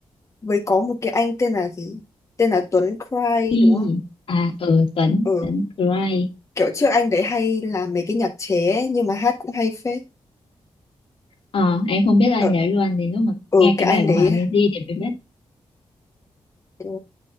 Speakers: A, on the left (about 30°); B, on the left (about 70°).
A: Với có một cái anh tên là gì? Tên là Tuấn Cry
B: Quy
A: đúng không?
B: à ừ Tuấn
A: Ừ,
B: Tuấn Cry
A: kiểu trước anh đấy hay làm mấy cái nhạc chế ấy, nhưng mà hát cũng hay phết.
B: ờ em không biết là
A: Ờ,
B: nhớ luôn đến lúc mà
A: ừ,
B: nghe
A: cái
B: cái bài
A: anh đấy.
B: của Hòa Minzy thì em biết
A: Ừ.